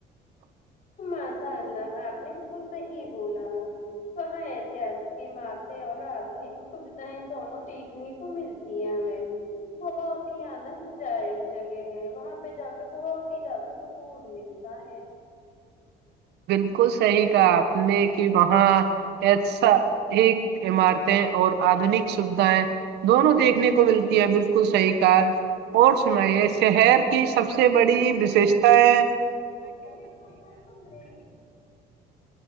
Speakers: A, on the left (about 50°); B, on the right (about 80°).
A: ماشاء اللہ آپ نے بالکل صحی بولا وہاں ایتہاسک عمارتیں اور آدنک سوھائیں دونوں دیکھنے کو ملتی ہیں ہمیں بہت ہی آنند دائک جگہ ہے وہاں پہ جا کے بہت ہی زیادہ سکون ملتا ہے
B: بالکل صحیح کا آپ نے کہ وہاں ایساک عمارتیں اور آدنک سوھایں دونوں دیکھنے کو ملتی ہے بالکل صحیح کا اور سنائیے شہر کی سب سے بڑی وششتا ہے
A: <unintelligible>